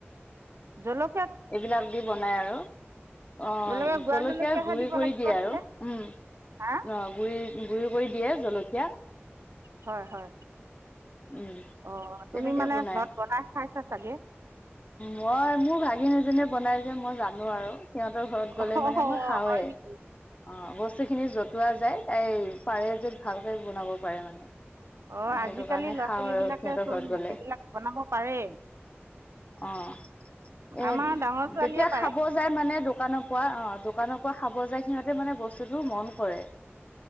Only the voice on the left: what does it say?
এইবিলাক দি বনাই আৰু অ
জলকীয়া
গুৰি
কৰি
দিয়ে আৰু
উম
অ গুৰি গুৰি কৰি দিয়ে জলকীয়া
উম
তেনেকে
বনাই,
মই মোৰ ভাগিনি‌ এজনীয়ে বনাই যে মই জানো আৰু সিহঁতৰ ঘৰত
গ'লে মানে মই খাওঁৱেই
অঁ বস্তুখিনি জতোৱা যায় এই পাৰে যে ভালকে বনাব। উপাই মানে
সেইটো
কাৰণে
খাওঁ
আৰু সিহঁতৰ
ঘৰত গলে
অঁ এ
যেতিয়া
খাব যায় মানে দোকানৰ পৰা অঁ দোকানৰ পৰা খাব যায় সিহঁতে মানে বস্তুটো মন কৰে